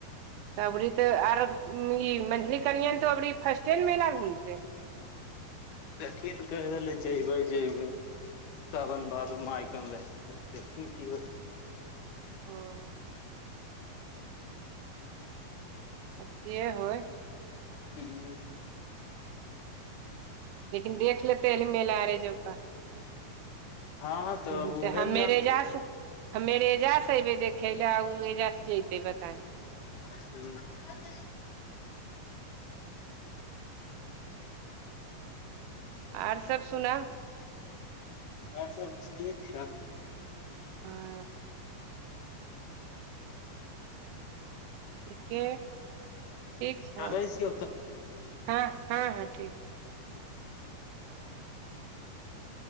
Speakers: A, on the right; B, on the left.
A: त अबरी तऽ आर ई मछली कनिय तो अबरी फर्स्टे ने मेला घूमते
B: देखी ने कहि रहलै जबै जेबै सावन बादो मायकन रहै छै देखी की होइ छै
A: ओ आब जे होय।
B: हू
A: लेकिन देख लेतै हल मेल आ रहै जबा
B: हँ
A: ह
B: उहे
A: तऽ हमर
B: ने जानथिन
A: एजाज हमेर एऐजा से एबै देखे लए ओ अऐजा जते बता
B: ह्म
A: आर सब सुनाउ
B: और सब ठीक छै
A: हँ ठीके ठीक छौ
B: करै छियौ तऽ
A: हँ हँ हँ ठीक
B: <inaudible> पाईन देख क